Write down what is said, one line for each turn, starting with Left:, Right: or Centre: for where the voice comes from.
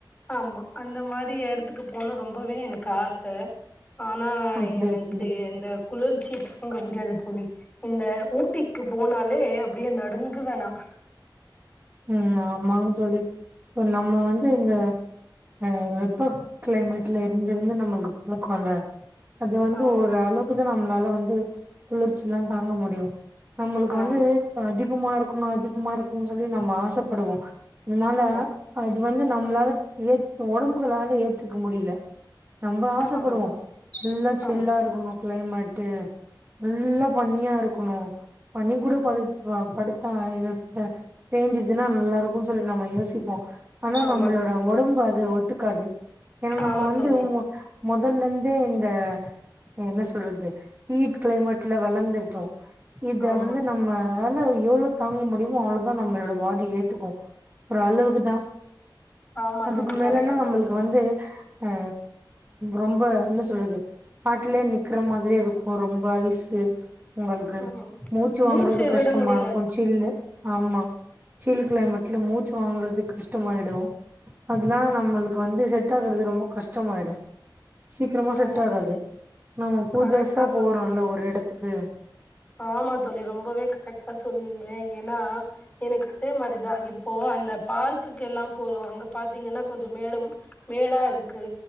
Left: ஆமா அந்த மாரி எடத்துக்கு போணு ரொம்பவே எனக்கு ஆச ஆனா
Right: அப்டியா
Left: எனக்கு
Right: தோழி
Left: இந்த குளிர்ச்சி தாங்க முடியாது தோழி இந்த ஊட்டிக்கு போனாலே அப்டியே நடுங்கு வேணா
Right: ம் ஆமாங் தோழி இப் நம்ம வந்து இந்த அ வெப்ப கிளைமேட்ல இருந்திருந்து நம்மளுக்கு பழக்கோ ல்ல அது வந்து
Left: ஆமா
Right: ஒரு அளவுக்குதா நம்மளால வந்து குளிர்ச்சி எல்லா தாங்க முடியு நம்மளுக்கு
Left: ஆமா
Right: வந்து அதிகமா இருக்கணு அதிகமா இருக்குனு சொல்லி நம்ம ஆசப்படுவோ அன்னால
Left: ஆமா
Right: அது வந்து நம்மளால ஏத்துக் ஒடம்புகளால ஏத்துக்க முடியல நம்ப ஆசப்படுவோ
Left: ஆமா
Right: ஃபுல்லா சில்லா
Left: ஆமா
Right: இருக்கணு கிளைமேட்டு நல்லா பண்ணியா இருக்கணு பண்ணி கூட படு படுத்தா அ எங்கப் பேஞ்சுதுன்னா நல்லா இருக்கு சொல்லி நம்ம யோசிப்போ ஆனா
Left: ஆமா
Right: நம்மளோட ஒடம்பு அது ஒத்துக்காது ஏன்னா நம்ம
Left: ஆமா
Right: வந்து
Left: தோழி
Right: முதல்ல இருந்தே இந்த என்ன சொல்றது ஹீட் கிளைமேட்ல வளர்ந்துட்டோ இத
Left: ஆமா
Right: வந்து நம்ம ஆல எவ்ளோ தாங்க முடியுமோ அவ்ளோ அப்ப நம்மளோட பாடி ஏத்துக்கு அப்புறோ அளவுக்கு தா
Left: ஆமா
Right: அதுக்கு
Left: தோழி
Right: மேலன்னா
Left: கரெக்டா
Right: நம்மளுக்கு
Left: சொன்னீங்க
Right: வந்து அ ரொம்ப என்ன சொல்லுது ஆட்டுலயே நிக்கிற மாதிரி இருக்கு ரொம்ப அய்சு உங்களுக்கு
Left: ஆமா
Right: மூச்சு
Left: மூச்சை
Right: வாங்குறது
Left: விட
Right: கஷ்டமா
Left: முடியல
Right: இருக்கு சில்லு ஆமா சில் கிளைமேட்ல மூச்சு வாங்கறது கஷ்டமாயிடு அத்னால நம்மளுக்கு வந்து செட் ஆக்குறது ரொம்ப கஷ்டமாயிடு சீக்ரமா செட்
Left: ஆமா
Right: ஆகாது
Left: தோழி
Right: நம்ம புதுசா
Left: கரெக்டா
Right: போறோல்ல
Left: சொன்னீங்க
Right: ஒரு எடத்துக்கு
Left: ஆமா தோழி ரொம்பவே கரெக்டா சொன்னீங்க ஏன்னா எனக்கு அதே மாரிதா இப்போ அந்த பார்க்குகு எல்லா போறோ அங்க பாத்தீங்கனா கொஞ்ச மேடும் மேடா இருக்கு